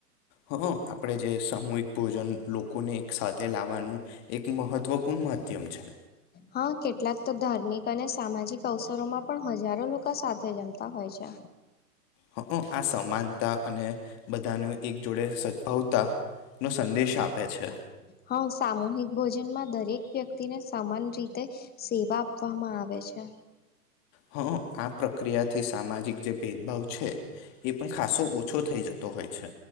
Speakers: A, on the left; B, on the left.
A: હ આપડે જે સામૂહિક ભોજન લોકોને એક એક સાથે લાવવાનું એક મહત્ત્વપૂર્ણ માધ્યમ છે
B: હા કેટલાક તો ધાર્મિક અને સામાજિક અવસરોમાં પણ હજારો લોકો સાથે જમતા હોય છે
A: હ આ સમાનતા અને બધાની એક જોડે સદભાવતાનોો સંદેશ આપે છે
B: હા સામૂહિક ભોજનમાં દરેક વ્યક્તિને સમાન રીતે સેવા આપવામાં આવે છે
A: હા આ પ્રક્રિયાથી સામાજિક જે ભેદભાવ છે એ પણ ખાસો ઓછો થઈ જતો હોય છે